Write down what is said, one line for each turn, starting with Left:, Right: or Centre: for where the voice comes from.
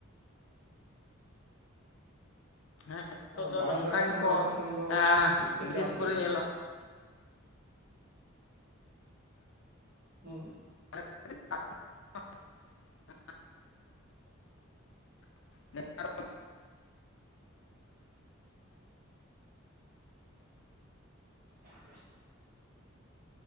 Left: ᱦᱮᱸ ᱱᱤᱛᱚᱜ
Right: ᱟᱫᱚ
Left: ᱫᱚ
Right: ᱵᱟᱭ
Left: ᱱᱚᱝᱠᱟ
Right: ᱫᱟᱜ ᱠᱷᱟᱱ
Left: ᱜᱮᱠᱚ
Right: ᱫᱚ ᱟᱯᱮ ᱥᱮᱱ ᱫᱚ
Left: ᱮᱸ
Right: ᱪᱮᱫ ᱛᱮ
Left: ᱵᱤᱥᱮᱥ
Right: ᱪᱟᱥ
Left: ᱠᱚᱨᱮ
Right: ᱦᱩᱭᱩᱜ ᱜᱮᱭᱟ
Left: ᱧᱮᱞᱚᱜᱼᱼ
Right: ᱦᱩᱸ
Left: <unintelligible> <unintelligible>
Right: <inaudible>